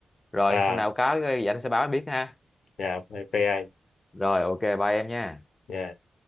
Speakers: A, on the left (about 25°); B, on the left (about 80°).
A: rồi
B: à
A: hôm nào có cái gì anh sẽ báo em biết ha
B: dạ ok anh
A: rồi ok bye em nha
B: dạ